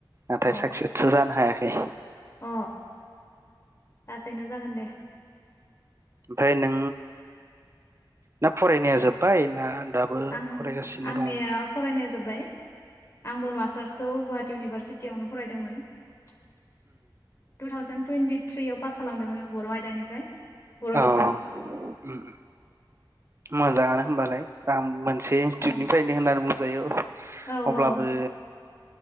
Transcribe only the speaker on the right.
नाथाय
साक्सेसथ' जानो हायाखै।
ओमफ्राय नों ना फरायनाया जोब्बाय ना दाबो
फरायगासिनो
दङ
अ
उम उम मोजाङानो होनोमबालाय आं मोन से इन्स्टिउटनिफ्रायनो
होननानै बुं जायो। <inaudible>
अब्लाबो